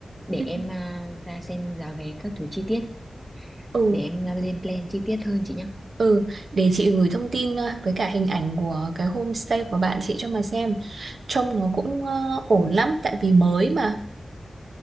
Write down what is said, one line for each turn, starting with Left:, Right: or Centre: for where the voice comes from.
Centre: để
Right: ừ
Centre: em à, ra xem giá vé các thứ chi tiết
Right: ừ
Centre: để em à, lên plan chi tiết hơn chị nhá
Right: ừ. để chị gửi thông tin à, với cả hình ảnh của cái homestay của bạn chị cho mà xem trông nó cũng ờ, ổn lắm tại vì mới mà